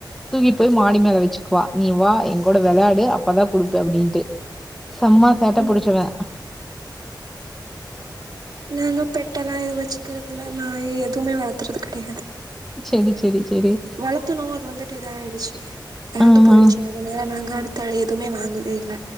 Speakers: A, in the centre; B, on the right (about 65°).
A: தூக்கிட் போய் மாடி மேல வச்சுக்குவா நீ வா எங்கோட வெளையாடு அப்பதா குடுப்பே அப்டின்ட்டு செம்மா சேட்ட
B: ம்
A: புடிச்சவே
B: நாங்க பெட்டெல்லா எதுவு வச்சுக்கறதுல்ல நாய் எதுவுமே வளர்த்துறது கிடையாது
A: செரி செரி செரி
B: வளத்துனோ அது வந்துட்டு இதாயிடுச்சு எறந்து
A: ஆ
B: போயிடுச்சு
A: ஆ
B: அதனால நாங்க அடுத்த எதுவுமே வாங்கவே இல்ல